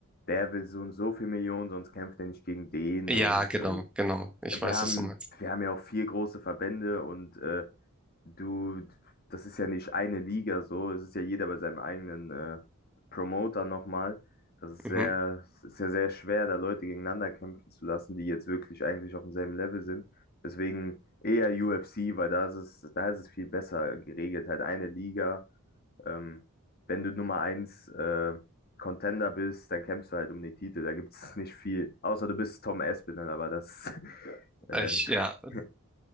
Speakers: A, on the left; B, in the centre.
A: der will so und so viel Millionen, sonst kämpft er nicht gegen den.
B: Ja,
A: Und
B: genau,
A: ähm,
B: genau. Ich
A: wir
B: weiß,
A: haben,
B: was du meinst.
A: wir haben ja auch vier große Verbände und äh, Du, das ist ja nicht eine Liga so, es ist ja jeder bei seinem eigenen äh, Promoter nochmal. Das ist
B: Mhm.
A: sehr, es ist ja sehr schwer, da Leute gegeneinander kämpfen zu lassen, die jetzt wirklich eigentlich auf demselben Level sind. Deswegen eher UFC, weil da ist es, da ist es viel besser geregelt. Halt eine Liga. Ähm, wenn du Nummer eins äh, Contender bist, dann kämpfst du halt um den Titel. Da gibt es <laughs> nicht viel. Außer du bist Tom Aspinall, aber das. <laughs> Äh,
B: Ich, ja.
A: <laughs>